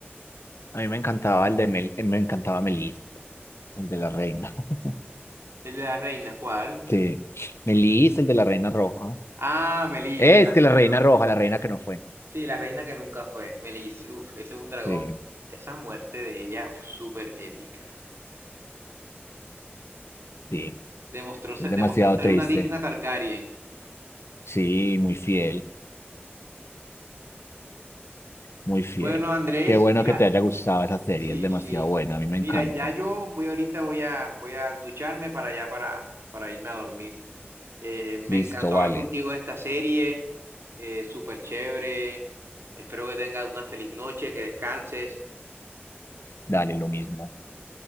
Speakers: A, on the left; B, on the right.
A: A mí me encantaba el de Mel, eh, me encantaba Melis, el de la reina. <laughs>
B: El de la reina, ¿cuál?
A: Sí. Melis, el de la reina roja.
B: Ah, Melis,
A: Es
B: la
A: que
B: reina
A: la reina
B: roja.
A: roja, la reina que no fue.
B: Sí, la reina que nunca fue. Melis, uff, ese es un dragón.
A: Sí,
B: Esa muerte de ella, uf, súper épica.
A: sí.
B: Demostró ser,
A: Es demasiado
B: demostró ser
A: triste.
B: una digna Targaryen.
A: Sí, muy fiel, muy fiel.
B: Bueno, Andrés,
A: Qué bueno
B: mira,
A: que te haya gustado esa serie,
B: sí,
A: es demasiado
B: sí.
A: buena, a mí me
B: Mira,
A: encanta.
B: ya yo voy ahorita, voy a, voy a ducharme para allá, para, para irme a dormir. Eh, me
A: Listo,
B: encantó
A: vale.
B: hablar contigo de esta serie, eh, súper chévere. Espero que tengas una feliz noche, que descanses.
A: Dale, lo mismo.